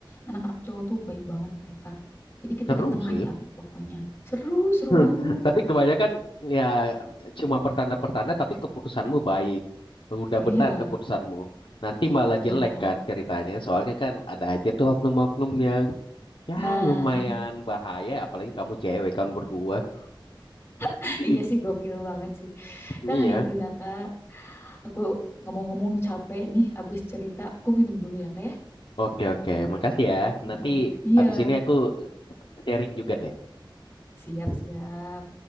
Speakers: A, on the left; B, on the left.
A: anak-anak cowok tuh baik banget mereka. Jadi kita
B: Seru
A: di tengah
B: sih.
A: diapit pokoknya. Seru, seru banget.
B: <laughs> Tapi kebanyakan ya cuma pertanda-pertanda. Tapi keputusanmu baik. Udah
A: Iya,
B: benar keputusanmu. Nanti malah
A: iya.
B: jelek kan ceritanya. Soalnya kan ada aja tuh oknum-oknum yang Ya,
A: Nah,
B: lumayan bahaya, apalagi kamu cewek kan berdua.
A: <laughs>
B: <laughs>
A: iya sih gokil banget sih.
B: Iya.
A: Nah itu dah Kak. Aku ngomong-ngomong capek nih abis cerita. Aku minum dulu ya Kak ya.
B: Oke, oke. Makasih ya.
A: Mm-mm.
B: Nanti
A: Iya,
B: abis ini aku sharing juga deh.
A: siap-siap.